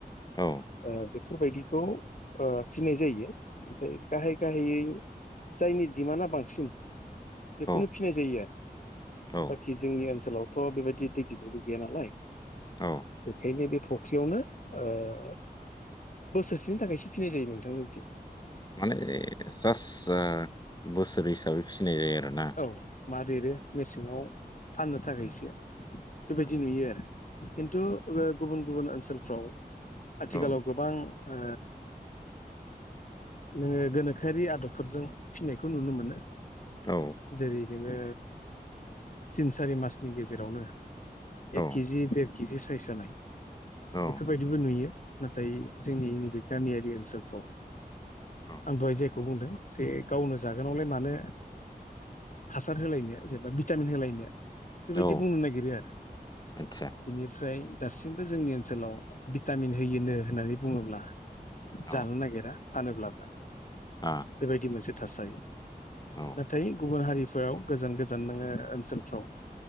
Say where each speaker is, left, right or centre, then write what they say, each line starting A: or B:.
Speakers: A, on the left (about 25°); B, on the left (about 55°).
A: औ
B: बे बेफोरबायदिखौ ओ फिनाय जायो ओमफ्राय गाहाय गाहायै जायनि डिमान्डआ बांसिन बेखौनो
A: औ
B: फिनाय जायो आरो
A: औ
B: बाखि जोंनि ओनसोलावथ' बेबायदि दै गिदिरबो गैया नालाय
A: औ
B: बेखायनो बे फुख्रियावनो ओ बोसोरसेनि थाखायसो फिनाय जायो नोंथां जोंनिथिं
A: माने जास्ट ओ बोसोर हिसाबै फिनाय जायो आरोना
B: औ मा देरो मेसेङाव फाननो थाखायसो
A: उम,
B: बेबायदि
A: औ
B: नुयो आरो खिन्थु गुबुन गुबुन ओनसोलफ्राव आथिखालाव
A: औ
B: गोबां ओ नोङो गोनोखोआरि आदबफोरजों फिनायखौ नुनो मोनो
A: औ
B: जेरै नोङो तिन सारि मासनि गेजेरावनो
A: औ
B: एक केजि देर केजि साइस जानाय
A: औ
B: बेफोरबायदिबो नुयो नाथाय जोंनि नैबे गामियारि ओनसोलफ्राव
A: औ
B: आं दहाय जे बेखौ बुंदों जे गावनो जागोनावलाय मानो हासार होलायनो जेनेबा भिटामिन होलायनो बेबायदि
A: औ
B: बुंनो नागिरो आरो
A: आतसा
B: बेनिफ्राय दासिमबो जोंनि ओनसोलाव भिटामिन होयोनो होननानै बुङोब्ला
A: औ
B: जानो नागिरा फानोब्लाबो
A: आ
B: बेबायदि मोनसे थासारि
A: औ
B: नाथाय गुबुन हारि फोराव गोजान गोजान नोङो ओनसोलफ्राव